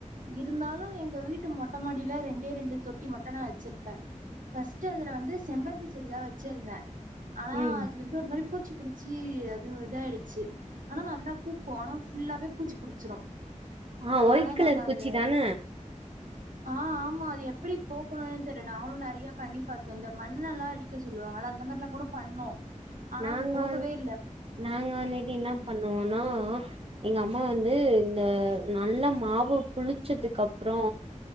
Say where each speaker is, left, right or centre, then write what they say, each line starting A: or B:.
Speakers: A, on the right; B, on the right.
A: இருந்தாலு எங்க வீட்டு மொட்டைமாடியில ரெண்டே ரெண்டு தொட்டி மட்டு நா வச்சிருப்பே பஸ்ட்டு அதுல வந்து செம்பருத்தி செடிதா வச்சிருந்தே ஆனா
B: ம்
A: அது வந்து அது ஒரு மாதிரி பூச்சி புடிச்சி அதுவு இதாயிடுச்சு ஆனா நல்லா பூக்கு ஆனா ஃபுல்லாவே பூச்சி புடிச்சிரு
B: ஆ
A: அதனால
B: ஒயிட் கலர்
A: நாங்க
B: பூச்சி
A: அத
B: தான
A: ஆ ஆமா அது எப்படி போக்கணும்னு தெரியள நாங்களு நெறைய பண்ணி பாத்தோ இந்த மண்ணல்லா அடிக்க சொல்லுவாங்கள அந்த மார்லா கூட பண்ணோ ஆனா
B: நாங்களு
A: அது போகவே
B: வந்து
A: இல்ல
B: நாங்க வந்துகிட்டு என்னா
A: ம்
B: பண்வோணோனா எங்க அம்மா வந்து இந்த நல்லா மாவு புளிச்சதுக்கப்பறோ